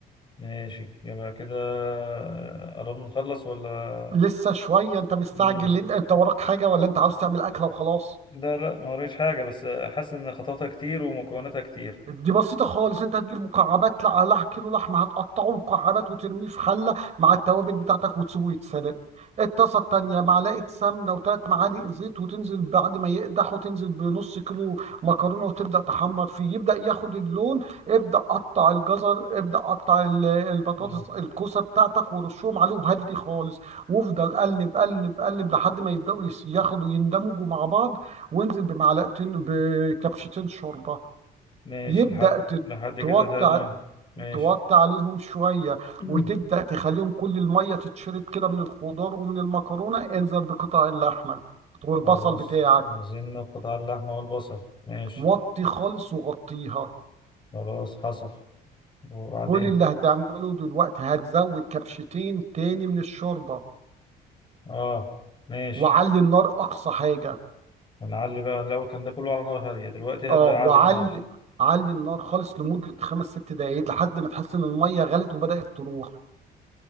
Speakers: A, on the left; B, on the right.
A: ماشي يبقى كده آه، قربنا نخلص ولا
B: لسه شويه انت مستعجل
A: امم
B: ليه؟ انت وراك حاجه ولا انت عاوز تعمل اكله وخلاص
A: لا لا ما وريش حاجه بس حاسس ان خطواتها كتير ومكوناتها كتير
B: دي بسيطة خالص انت هتجيب مكعبات لا لا كيلو لحمة هتقطعه مكعبات وترميه في حلة مع التوابل بتاعتك وتسيبه يتسلق الطاسة التانية معلقة سمنة وثلاث معالق زيت وتنزل بعد ما يقدح وتنزل بنص كيلو مكرونة وتبدأ تحمر فيه يبدأ ياخد اللون ابدأ قطع الجزر ابدأ قطع ال- البطاطس
A: امم
B: الكوسة بتاعتك ورشهم عليه وهدي خالص وافضل قلب قلب قلب لحد ما يبدأوا يس- ياخدوا يندمجوا مع بعض وانزل بمعلقتين بكبشتين شوربة
A: ماشي
B: يبدأ
A: لحد
B: تت-
A: لحد
B: توطي
A: كده تمام
B: ع-
A: ماشي
B: توطي عليهم شوية
A: <clears throat> مم.
B: وتبدأ تخليهم كل المية تتشرب كده من الخضار ومن المكرونة انزل بقطع اللحمة والبصل
A: خلاص
B: بتاعك
A: عايزين قطع اللحمة والبصل ماشي
B: وطي خالص وغطيها
A: خلاص حصل وبعدين
B: كل اللي هتعمله دلوقتي هتزود كبشتين تاني من الشوربة
A: اه ماشي
B: وعلي النار أقصى حاجة
A: ونعلي بقى الأول كان ده كله على نار هادية دلوقتي
B: اه
A: هبدأ
B: وعلي
A: أعلي النار
B: علي النار خالص لمدة خمس ست دقايق لحد ما تحس إن المية غلت وبدأت تروح